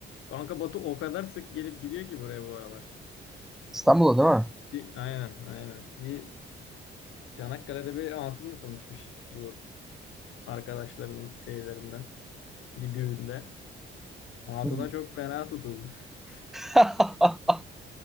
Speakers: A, on the left; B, in the centre.
A: Kanka Batu o kadar sık gelip gidiyor ki buraya bu aralar.
B: İstanbul'da
A: Bir, aynen aynen. Bir Çanakkale'de bir hatunla tanışmış bu arkadaşlarının şeylerinden. Bir düğünde. Hatuna
B: değil mi?
A: çok fena tutulmuş.
B: <laughs>